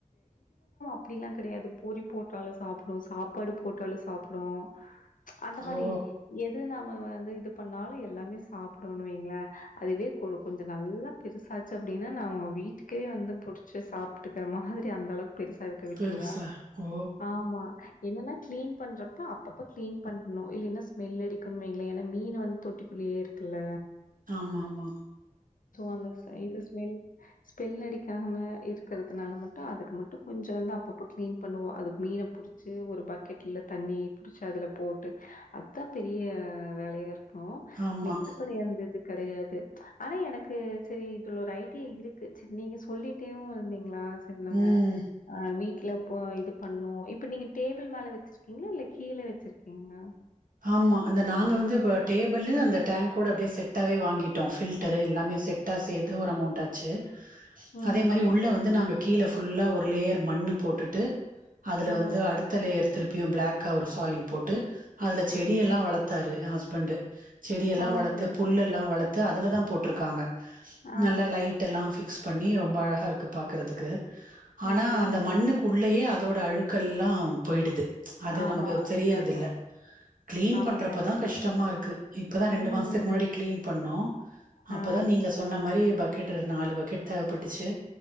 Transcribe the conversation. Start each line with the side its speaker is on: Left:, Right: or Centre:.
Left: அப்படி எல்லா கெடயாது பூரி போட்டாலும் சாப்புடும் சாப்பாடு போட்டாலும் சாப்புடும் அந்த மாரி
Right: ஓ!
Left: எது நாம வந்து இது பண்ணாலும் எல்லா மே சாப்புடும்னு வைங்களே அதுவே கொ கொஞ்சோ நல்லா பெருசாச்சு அப்படின்னா நான் அவங்க வீட்டுக்கே வந்து புடிச்சு சாப்பிட்டுக்கற மாதிரி அந்த அளவுக்கு பெருசா பறக்க விட்டுருவோம்
Right: பெருசா. ஓ!
Left: ஆமா என்னன்னா கிளீன் பண்ணுறப்ப அப்பப்போ க்ளீன் பண்ணணும் இல்லைன்னும் ஸ்மெல் அடிக்கணு வங்களே ஏன்னா மீனை வந்து தொட்டிக்குள்ளயே இருக்குல
Right: ஆமா ஆமா
Left: அந்த ஸ் இது ஸ்மெல் ஸ்மெல் அடிக்காமாம இருக்கிறதுனால மட்டும் அதுக்கு மட்டும் கொஞ்சோ வந்து அப்பப்போ கிளீன் பண்ணுவோம் அது மீன புடிச்சு ஒரு பக்கெட்ல தண்ணி புடிச்சு அதுல போட்டு அதுதான் பெரிய வேலையா இருக்கு அப்போ
Right: ஆமா.
Left: மெத்தப்படி அந்தது கிடையாது த்து ஆனா எனக்கு செரி இதில் ஒரு ஐடியா இருக்கு செரி நீங்கள் சொல்லிட்டேவும் இருந்தீங்களா வச்சுருந்தாங்க
Right: ம்.
Left: ஆஹ் வீட்டுல ப்ப இது பண்ணும் இப்ப நீங்க டேபிள் மேல வச்சிருக்கீங்களா இல்ல கீழே வச்சிருக்கீங்களா
Right: ஆமா அந்த நாங்க வந்து இப்ப டேபிள் அந்த டேங்க்வோட அப்படியே செட்டாவே வாங்கிட்டோம் பில்டரு எல்லாமே செட்டா சேர்த்து ஒரு அமௌண்ட் ஆச்சு
Left: ம்.
Right: அதே மாரி உள்ள வந்து நாங்க கீழ ஃபுல்லா ஒரு லேயர் மண்ணு போட்டுட்டு அதுல
Left: ஆ.
Right: வந்து அடுத்த லேயர் திருப்பியும் பிளாக்கா ஒரு சாயில் போட்டு அதுல செடியெல்லா
Left: ம்.
Right: வளர்த்தாரு என் ஹஸ் பண்டு செடியெல்லா
Left: ஓகே,
Right: வளர்த்து
Left: ஓகே.
Right: புல்லெல்லா வளர்த்து அதில தான் போட்டிருக்காங்க
Left: ஆ.
Right: நல்லா லைட் எல்லா பிக்ஸ் பண்ணி ரொம்ப அழகா இருக்கு பாக்கறதுக்கு ஆனா
Left: ஓகே,
Right: அந்த
Left: ஓகே.
Right: மண்ணுக்குள்ளயே அதோட அழுக்கெல்லா போயிடுது அது
Left: ஆமா.
Right: நமக்கு தெரியறதில்ல
Left: இதாகும்.
Right: கிளீன்
Left: ஆமா,
Right: பண்றப்பதா
Left: கண்டிப்பா
Right: கஷ்டமா
Left: இருக்கும்.
Right: இருக்கு இப்பதா ரெண்டு
Left: ம்.
Right: மாசத்துக்கு முன்னாடி கிளீன் பண்ணோ அப்பதா
Left: ஆ.
Right: நீங்க சொன்னா மாரி பக் கட் நாலு பக்கெட் தேவப்பட்டுச்சு